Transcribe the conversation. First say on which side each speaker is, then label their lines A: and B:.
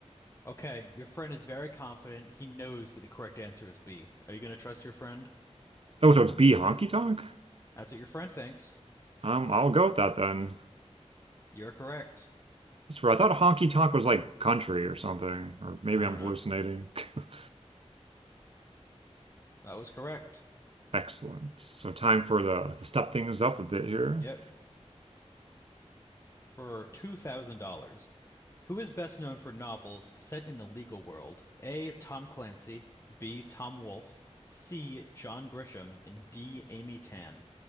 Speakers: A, on the left; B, on the right.
A: okay. Your friend is very confident. He knows that the correct answer is B. Are you going to trust your friend?
B: Oh, so it's B honky tonk?
A: That's what your friend thinks.
B: Um, I'll go with that then.
A: You're correct.
B: That's weird. I thought honky tonk was like country or something, or maybe
A: I
B: I'm
A: don't know.
B: hallucinating. <laughs>
A: That was correct.
B: Excellent. So time for the to step things up a bit here.
A: Yep. For $2,000. Who is best known for novels set in the legal world? A. Tom Clancy. B. Tom Wolfe. C. John Grisham. And D. Amy Tan.